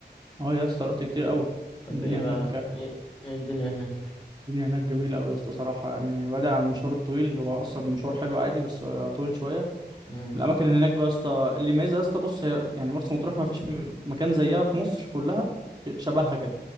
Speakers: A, on the right (about 20°); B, on the left (about 25°).
A: اه يا اسطى رحت كتير قوي
B: طب
A: الدنيا
B: ايه بقى
A: هناك
B: ايه, إيه الدنيا هناك
A: الدنيا هناك جميله قوي يا اسطى صراحه يعني بعيد عن المشوار الطويل هو اصلا مشوار حلو عادي بس آه، طويل شويه
B: امم
A: الاماكن هناك بقى يا اسطى اللي يميزها يا اسطى بص هي يعني مرسى مطروح ما فيش م- مكان زيها في مصر كلها شبهها كده